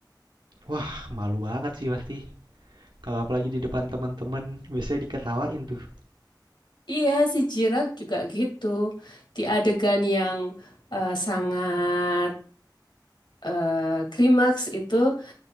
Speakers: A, on the right; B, on the left.
A: Wah, malu banget sih pasti. Kalau apalagi di depan teman-teman, biasanya diketawain tuh.
B: Iya, si Jirat juga gitu. Di adegan yang eh, sangat eh, klimaks itu